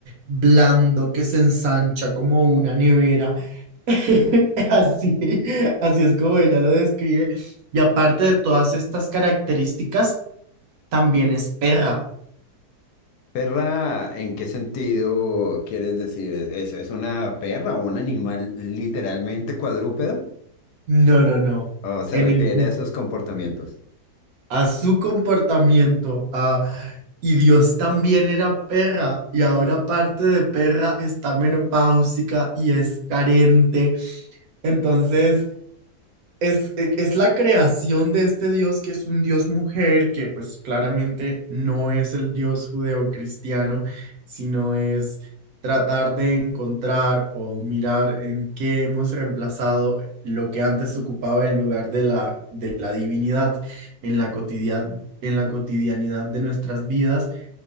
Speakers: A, on the right (about 65°); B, on the left (about 75°).
A: blando, que se ensancha como una nevera. <laughs> Así, así es como ella lo describe. Y aparte de todas estas características, también es perra.
B: Perra, ¿en qué sentido quieres decir? ¿Es, es, es una perra o un animal literalmente cuadrúpedo?
A: No, no, no.
B: ¿O se
A: En
B: refiere
A: el,
B: a esos comportamientos?
A: a su comportamiento, a... Y Dios también era perra, y ahora aparte de perra está menopáusica y es carente. Entonces, es, e- es la creación de este Dios que es un Dios mujer, que pues claramente no es el Dios judeocristiano, sino es tratar de encontrar o mirar en qué hemos reemplazado lo que antes ocupaba el lugar de la, de la divinidad en la cotidia- en la cotidianidad de nuestras vidas